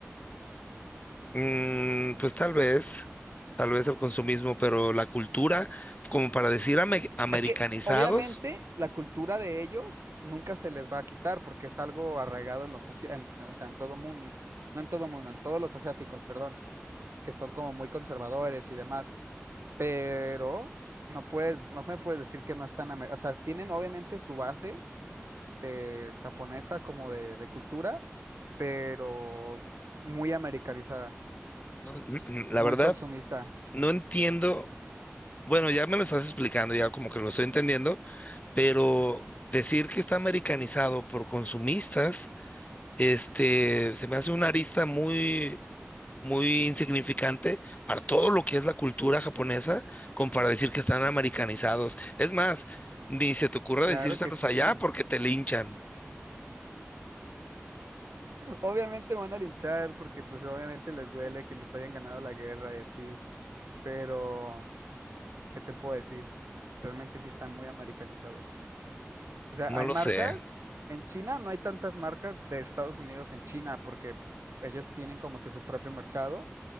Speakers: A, on the left; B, on the right.
A: mm, pues tal vez, tal vez el consumismo, pero la cultura, como para decir ame- americanizados,
B: Es que obviamente la cultura de ellos nunca se les va a quitar porque es algo arraigado en los asi- en- o sea, en todo mundo, no en todo mundo, en todos los asiáticos, perdón, que son como muy conservadores y demás, pero no puedes, no me puedes decir que no están, amer- o sea, tienen obviamente su base de japonesa como de, de cultura, pero muy americanizada,
A: no, mm, mm, la
B: muy
A: verdad,
B: consumista.
A: no entiendo. Bueno, ya me lo estás explicando, ya como que lo estoy entendiendo, pero decir que está americanizado por consumistas, este, se me hace una arista muy muy insignificante para todo lo que es la cultura japonesa, como para decir que están americanizados. Es más, ni se te ocurra
B: Claro
A: decírselos
B: que sí.
A: allá porque te linchan.
B: Obviamente van a linchar porque pues obviamente les duele que les hayan ganado la guerra y así, pero ¿qué te puedo decir? Realmente sí están muy americanizados. O sea,
A: No
B: hay
A: lo
B: marcas
A: sé.
B: en China, no hay tantas marcas de Estados Unidos en China porque ellos tienen como que su propio mercado